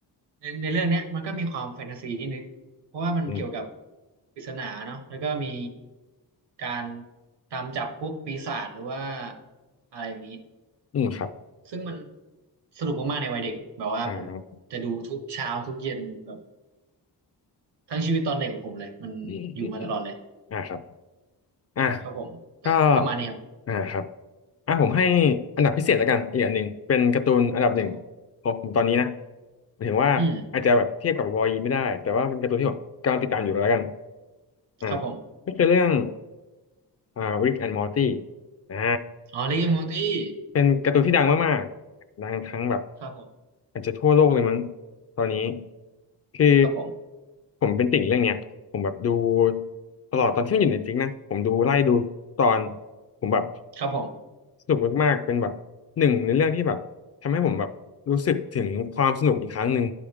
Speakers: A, on the right; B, on the left.
A: ในในเรื่องเนี้ยมันก็มีความแฟนตาซีนิดนึงเพราะว่ามันเกี่ยวกับ
B: อืม
A: ปริศนาเนาะแล้วก็มีการตามจับพวกปีศาจหรือว่าอะไรแบบนี้
B: อืมครับ
A: ซึ่งมันสนุกมากๆในวัยเด็กแบบว่าผมจะดูทุกเช้าทุกเย็นแบบ
B: อ่า
A: ทั้งชีวิตตอนเด็กของผมเลยมันอยู่มาตลอดเลย
B: อืมอืมอืมอ่าครับ อ่ะ
A: ครับผมก็ประมาณนี้ครับ
B: ก็อ่าครับอ่ะผมให้อันดับพิเศษแล้วกันอีกอันหนึ่งเป็นการ์ตูนอันดับหนึ่ง
A: ครับผม
B: ของผมตอนนี้นะหมายถึงว่าอาจจะแบบเทียบกับวอล
A: อืม
B: e ไม่ได้แต่ว่าเป็นการ์ตูนที่ผมกำลังติดตามอยู่แล้วกันอ่า
A: ครับผม
B: ก็คือเรื่องอ่าริกแอนด์มอร์ตี้อ่า
A: อ๋อริกแอนด์มอร์ตี้
B: เป็นการ์ตูนที่ดังมากๆดังทั้งแบบ
A: ครับผม
B: อาจจะทั่วโลกเลยมั้งตอนนี้คือ
A: ครับผม
B: ผมเป็นติ่งเรื่องเนี้ยผมแบบดูตลอดตอนที่มันอยู่ในจริงนะผมดูไล่ดูตอนผมแบบ
A: ครับผม
B: สนุกมากๆเป็นแบบหนึ่งในเรื่องที่แบบทำให้ผมแบบรู้สึกถึงความสนุกอีกครั้งหนึ่ง